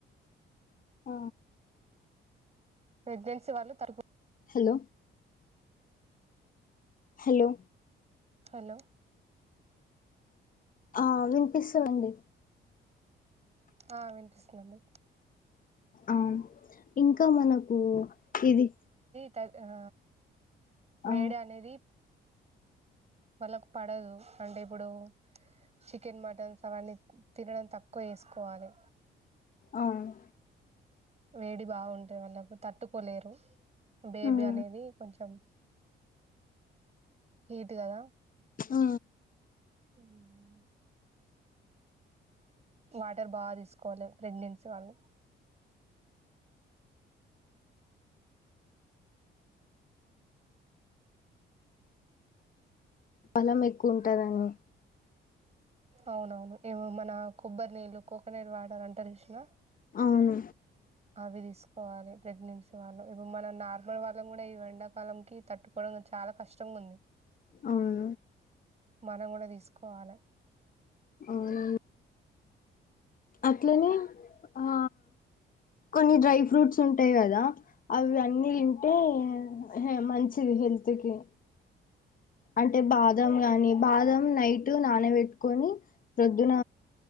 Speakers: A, on the left; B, on the right.
A: ఆ
B: ప్రెగ్నెన్సీ వాళ్ళు తరుకు
A: హెలో హెలో
B: హలో
A: ఆ వినిపిస్తుందండి.
B: ఆ వినిపిస్తుందండి.
A: ఆ ఇంకా మనకు ఇది,
B: తల్ ఆ వేడ
A: ఆ
B: అనేది, వాళ్ళకు పడదు. అంటే ఇప్పుడు, చికెన్, మటన్స్ అవన్నీ తినడం తక్కువ చేసుకోవాలి.
A: అవును.
B: వేడి బాగుంటది వాళ్ళకు తట్టుకోలేరు. బేబీ
A: ఉమ్
B: అనేది కొంచెం హీట్ కదా
A: ఆ
B: మ్ వాటర్ బా తీసుకోవాలి ప్రెగ్నెన్సీ వాళ్ళు.
A: బలం ఎక్కువ ఉంటదేమో,
B: అవునవును. ఇవో మన కొబ్బరి నీళ్ళు కోకోనట్ వాటర్ అంటరు చూసినా?
A: అవును.
B: అవి తీసుకోవాలి ప్రెగ్నెన్సీ వాళ్ళు. ఇప్పుడు మనం నార్మల్ వాళ్ళం కూడ ఈ ఎండాకాలం కి తట్టు కోడం చాలా కష్టంగుంది.
A: అవును
B: మనం కూడ తీసుకోవాలే.
A: అవున అట్లనే ఆ కొన్ని డ్రై ఫ్రూట్స్ ఉంటాయి కదా, అవి అన్నీ తింటే, హే మంచిది హె ల్త్ కి. అంటే బాదం గాని, బాదం నైట్ నానబెట్టుకొని ప్రొద్దున